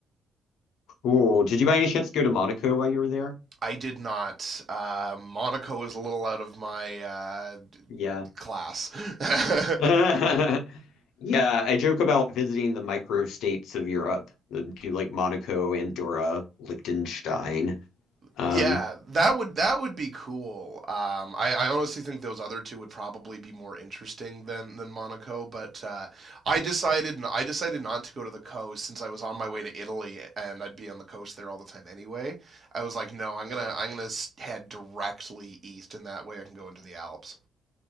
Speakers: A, on the left (about 85°); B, on the right (about 45°).
A: Cool. Did you by any chance go to Monaco while you were there?
B: I did not. Uh, Monaco is a little out of my uh,
A: Yeah.
B: class. <laughs>
A: <laughs> Yeah, I joke about visiting the micro states of Europe, the, do like Monaco, Andorra, Liechtenstein. Um,
B: yeah, that would that would be cool. Um, I, I honestly think those other two would probably be more interesting than than Monaco. But uh, I decided I decided not to go to the coast since I was on my way to Italy and I'd be on the coast there all the time anyway. I was like, no, I'm gonna I'm gonna head directly east, and that way I can go into the Alps.